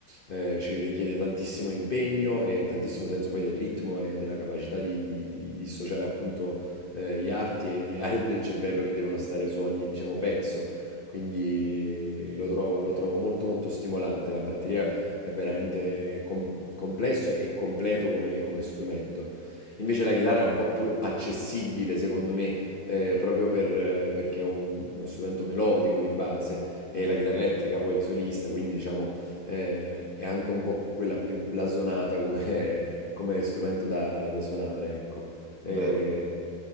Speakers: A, on the left; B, on the right.
A: Eh, ci richiede tantissimo impegno e tantissimo senso poi del ritmo e della capacità di, di- di dissociare appunto eh, gli arti e le aree del cervello che devono stare su ogni, diciamo, pezzo quindi lo trovo, lo trovo molto molto stimolante. La batteria è veramente com- complesso e completo come, come strumento. Invece la chitarra è un po' più accessibile, secondo me, eh, proprio per- perché è un- uno strumento melodico di base e
B: Mm,
A: la chitarra elettrica poi solista, quindi diciamo eh, è anche un po' quella più blasonata come, come strumento da, da suonare, ecco. Eh,
B: è vero.